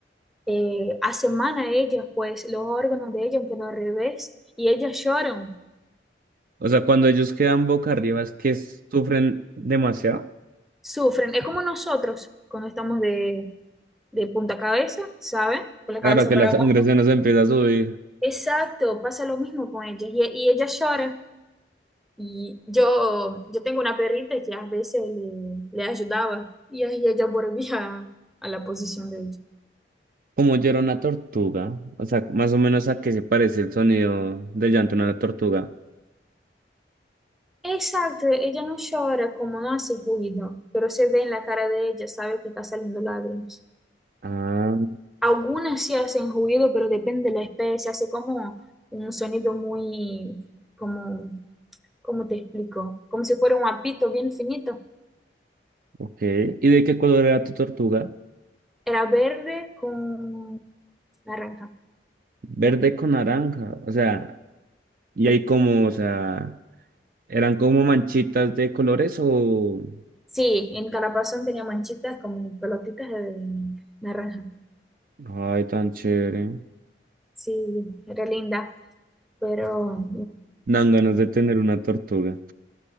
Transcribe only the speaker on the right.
O sea, cuando ellos quedan boca arriba es que sufren demasiado.
Claro
que
la sangre
se nos empieza a subir.
Como llora una tortuga. O sea, más o menos a qué se parece el sonido del llanto de una tortuga.
Ah,
ok. ¿Y de qué color era tu tortuga?
Verde con naranja. O sea, y ahí como, o sea, ¿eran como manchitas de colores o...?
Ay, tan chévere.
Dan ganas de tener una tortuga.